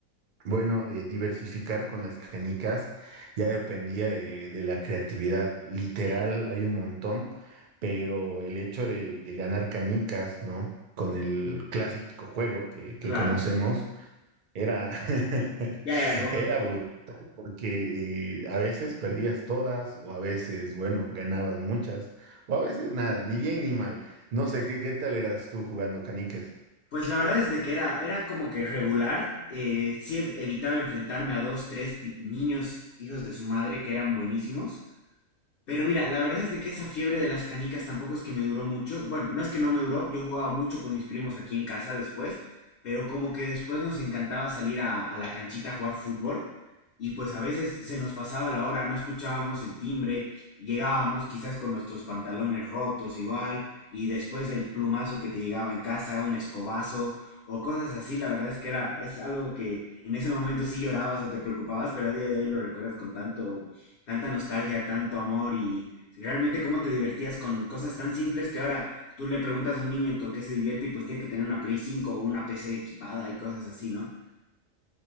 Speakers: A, on the right (about 55°); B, on the left (about 55°).
A: bueno, eh, diversificar con las canicas ya dependía de, de la creatividad. Literal,
B: sí.
A: hay un montón, pero el hecho de, de ganar canicas, ¿no? Con el clásico juego que, que
B: Claro,
A: conocemos era, <laughs>
B: ya era God.
A: era brutal porque eh, a veces perdías todas o a veces, bueno, ganabas muchas o a veces nada, ni bien ni mal. No sé, ¿qué, qué tal eras tú jugando canicas?
B: Pues la verdad es de que era, era como que regular. eh, sí ev- evitaba enfrentarme a dos, tres pi- niños hijos de su madre que eran buenísimos. Pero mira, la verdad es de que esa fiebre de las canicas tampoco es que me duró mucho. Bueno, no es que no me duró, yo jugaba mucho con mis primos aquí en casa después, pero como que después nos encantaba salir a, a la canchita a jugar fútbol y pues a veces se nos pasaba la hora, no escuchábamos el timbre, y llegábamos quizás con nuestros pantalones rotos igual y después el plumazo que te llegaba en casa, un escobazo o cosas así, la verdad es que era, es algo que en ese momento sí llorabas o te preocupabas, pero a día de hoy lo recuerdas con tanto tanta nostalgia, tanto amor y si realmente cómo te divertías con cosas tan simples que ahora tú le preguntas a un niño con qué se divierte y pues tiene que tener una Play 5 o una PC equipada y cosas así, ¿no?